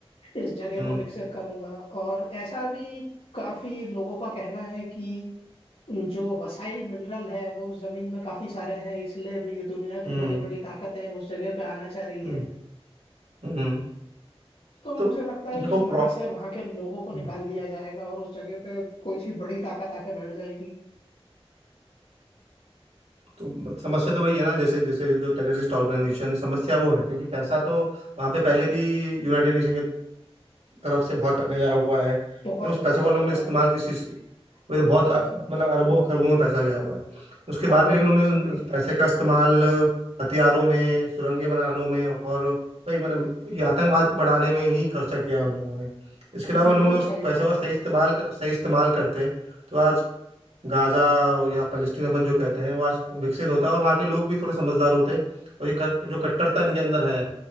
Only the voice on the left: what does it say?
इस जगह
को विकसित करूंगा और ऐसा भी काफी लोगों का कहना है कि जो वसाइल मिनरल है वो उस जमीन में काफी सारे हैं इसलिए भी दुनिया
की बड़ी बड़ी ताकतें उस जगह पे आना चाह रही
है
तो
मुझे लगता है
कि वहां
से वहां के लोगों को निकाल
दिया जाएगा और उस जगह पे कोई सी बड़ी ताकत आके बैठ जाएगी
बहुत
बहुत
बहुत
अरबों
में
पैसे
बने
बिल्कुल
सही
बात